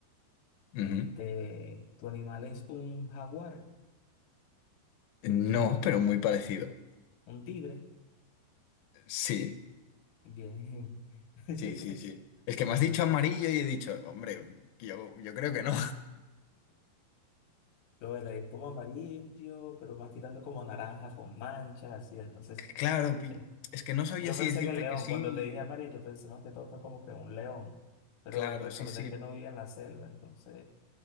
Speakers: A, on the left (about 85°); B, on the left (about 65°).
A: Ujú.
B: Este, ¿tu animal es un jaguar?
A: No, pero muy parecido.
B: ¿Un tigre?
A: Sí.
B: Bien. <laughs>
A: Sí, sí, sí. Es que me has dicho amarillo y he dicho, hombre, yo, yo creo que no.
B: Lo bueno, es como amarillo, pero más tirando como naranja con manchas, así. Entonces,
A: <laughs> Claro, pi-
B: eh,
A: es que no sabía
B: yo
A: si
B: pensé
A: decirte
B: en el león.
A: que sí.
B: Cuando te dije amarillo, pensé más que todo fue como que un león. Pero
A: Claro,
B: recordé
A: sí, sí.
B: que no vivía en la selva, entonces.